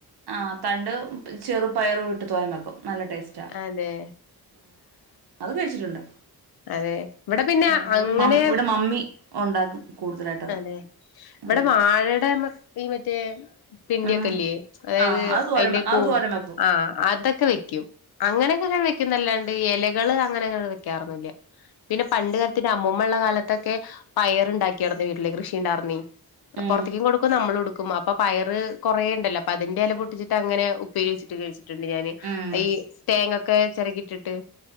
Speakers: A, on the right; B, on the left.
A: അഹ് തണ്ട് ചെറു പയറു ഇട്ട് തോരൻ വെക്കും നല്ല ടേസ്റ്റാ
B: അതെ
A: ആഹ് അത് കഴിച്ചിട്ടുണ്ട്
B: അതേ ഇവടെ പിന്നെ
A: ഉം
B: അങ്ങനെ
A: ഇവിടെ മമ്മി ഇവിടെ മമ്മി ഉണ്ടാക്കും കൂടുതലായിട്ടത്
B: അതേ ഇവടെ
A: ഉം
B: വാഴടെ മ ഈ മറ്റേ പിണ്ടിയൊക്കെല്ല്യേ
A: ഉം
B: അതായത്
A: ആഹ് അത് തോരൻ
B: അയ്ന്റെ കൂം
A: അത് തോരൻ വെക്കും
B: ആഹ് അതൊക്കെ വെക്ക്യും അങ്ങനെയൊക്കെ ഇങ്ങനെ വെക്കുന്നല്ലാണ്ട് എലകള് അങ്ങനഅങ്ങനെണ്ട് വെക്കാറൊന്നു ഇല്ല്യ പിന്നെ പണ്ട് കാൽത്തെന്റെ അമ്മുമ്മ ഉള്ള കാലത്തൊക്കെ പയറ് ഇണ്ടാക്കിയാര്ന്നേ വീട്ടില് കൃഷി ഇണ്ടാർന്നേ അഹ്
A: ഉം
B: പൊറത്ത്യ്ക്കും കൊടുക്കും നമ്മളു ഇട്ക്കും അ പ്പ പയറ് കുറേ ഇണ്ടല്ലോ അപ്പ അതിന്റെ എല പൊട്ടിച്ചിട്ട് അങ്ങനെ ഉപ്പേരി വെച്ചിട്ട് കഴിച്ച്ട്ട്ണ്ട് ഞാന്
A: ഉം
B: ഈ തേങ്ങൊക്കെ ചെരകിട്ട്ട്ട്